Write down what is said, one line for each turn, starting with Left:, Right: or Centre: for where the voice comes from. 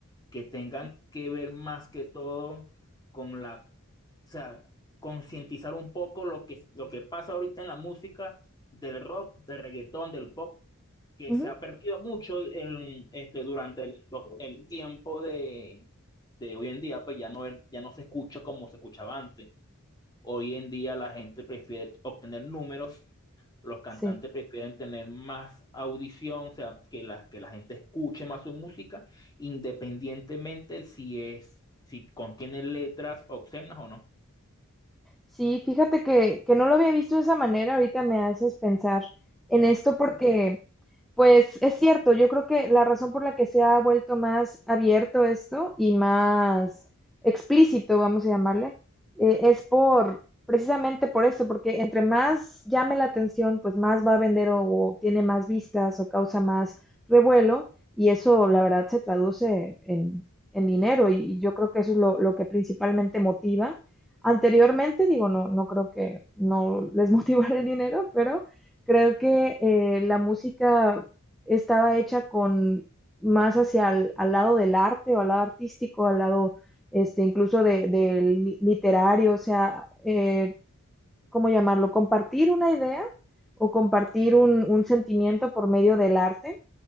Left: que tengan que ver más que todo con la, o sea, concientizar un poco lo que, lo que pasa ahorita en la música del rock, del reggaetón, del pop, que
Centre: Ujú,
Left: se
Centre: ujú,
Left: ha perdido mucho el, este, durante el, los- el tiempo de, de hoy en día, pues ya no, es- ya no se escucha como se escuchaba antes. Hoy en día la gente prefiere obtener números los cantantes
Centre: Sí.
Left: prefieren tener más audición, o sea, que la, que la gente escuche más su música, independientemente si es, si contiene letras obscenas o no.
Centre: Sí, fíjate que, que no lo había visto de esa manera, ahorita me haces pensar en esto porque, pues es cierto, yo creo que la razón por la que se ha vuelto más abierto esto y más explícito, vamos a llamarle, eh, es por, precisamente por esto, porque entre más llame la atención, pues más va a vender o, o tiene más vistas o causa más revuelo y eso la verdad se traduce en, en dinero y, y yo creo que eso es lo, lo que principalmente motiva Anteriormente, digo, no, no creo que no les <laughs> motivara el dinero, pero creo que eh, la música estaba hecha con más hacia el, al lado del arte o al lado artístico, al lado este, incluso de- del li- literario, o sea, eh, ¿cómo llamarlo? Compartir una idea o compartir un, un sentimiento por medio del arte